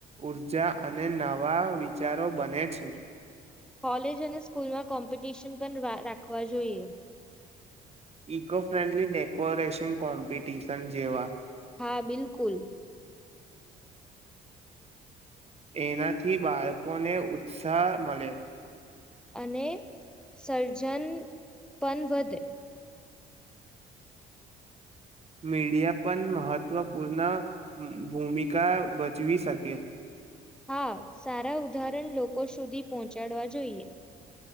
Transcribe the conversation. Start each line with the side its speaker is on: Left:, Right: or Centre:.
Right: ઊર્જા અને નવા વિચારો બને છે.
Centre: કોલેજ અને સ્કૂલમાં કોમ્પિટિશન પણ વા રાખવા જોઈએ.
Right: ઇકો ફ્રેન્ડલી ડેકોરેશન કોમ્પિટિશન જેવા
Centre: હા બિલકુલ
Right: એનાથી બાળકોને ઉત્સાહ મલે
Centre: અને સર્જન પન વધે
Right: મીડિયા પન મહત્વપૂર્ણ ભૂમિકા ભજવી શકે.
Centre: હા સારા ઉદાહરણ લોકો સુધી પહોંચાડવા જોઈએ.